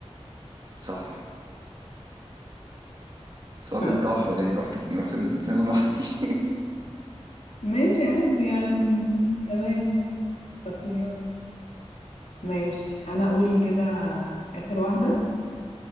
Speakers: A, on the right; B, on the left.
A: صح سواء
B: <laughs>
A: كان توحد يعني رحت رحت السينما لوحدي
B: ماشي عادي يعني م- تمام شخصيات ماشي انا اقول كده اخر واحدة